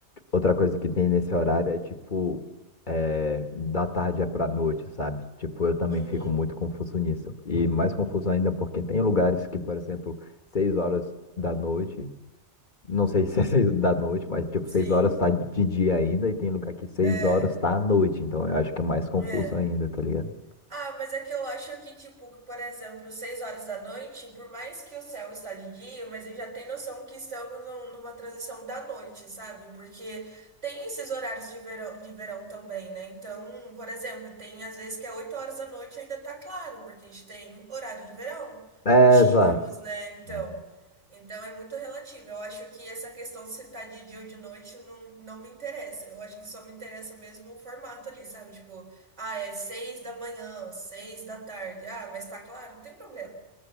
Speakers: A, on the left; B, on the right.
A: Outra coisa que tem nesse horário é tipo, é, da tarde é pra noite, sabe? Tipo, eu também
B: Uhum,
A: fico muito confuso nisso. E mais confuso ainda porque tem lugares que, por exemplo, seis horas da noite, não sei se é <laughs> seis da noite, mas tipo,
B: sim,
A: seis horas tá de dia ainda, e tem lugar que seis
B: é,
A: horas tá à noite. Então eu acho que é mais confuso
B: é.
A: ainda, tá ligado?
B: Ah, mas é que eu acho que, tipo, por exemplo, seis horas da noite, por mais que o céu está de dia, mas eu já tenho noção que estamos num- numa transição da noite, sabe? Porque tem esses horários de verão, de verão também, né? Então, por exemplo, tem às vezes que é oito horas da noite e ainda tá claro, porque a gente tem horário de verão.
A: É,
B: Tínhamos,
A: exato.
B: né? Então,
A: Aham.
B: então é muito relativo. Eu acho que essa questão se tá de dia ou de noite não, não me interessa. Eu acho que só me interessa mesmo o formato ali, sabe? Tipo, ah, é seis da manhã, seis da tarde. Ah, mas tá claro, não tem problema.